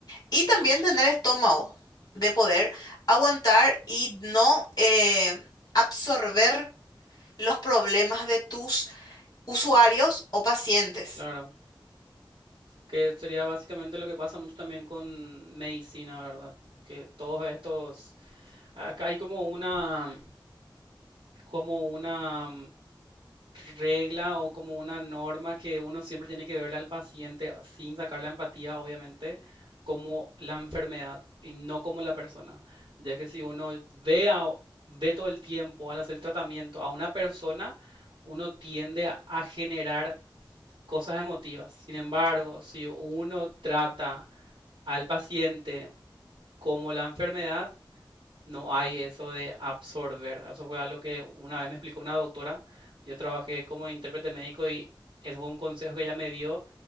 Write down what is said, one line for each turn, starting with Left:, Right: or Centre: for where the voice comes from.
Left: Y también tener estómago de poder aguantar y no eh, absorber los problemas de tus usuarios o pacientes.
Right: claro. Que sería básicamente lo que pasa mucho también con medicina, ¿verdad? Que todos estos, acá hay como una, como una regla o como una norma que uno siempre tiene que verle al paciente sin sacar la empatía, obviamente, como la enfermedad y no como la persona. Ya que si uno ve, a- ve todo el tiempo al hacer tratamiento a una persona, uno tiende a, a generar cosas emotivas. Sin embargo, si uno trata al paciente como la enfermedad, no hay eso de absorber. Eso fue algo que una vez me explicó una doctora. Yo trabajé como intérprete médico y eso fue un consejo que ella me dio